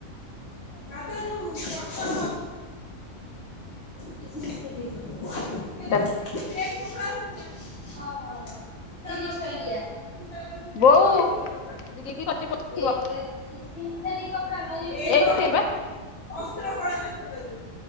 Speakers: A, on the left; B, on the left.
A: ତା ଦେହରେ ଯୋଉ କଟନ କିଛି ଜିନିଷ ଠିକ
B: ଚାଲ
A: ହବନି। <unintelligible> ଚ୍ର <unintelligible> ହଁ ହଁ ତା ପଲିସ
B: ବୋଉ
A: ଏଇଭଳିଆଛି ଅଛି
B: ଏତିକି କି କରିଚି
A: ସେ
B: ପୋଛିବ
A: ସୋର କ <unintelligible> ଏଇ
B: ଏଇଠି
A: କପଡ଼ା
B: ବା
A: ଅସ୍ତ୍ର କୁଆଡେ ଗଲା ସେଇଟା ଯୋଉ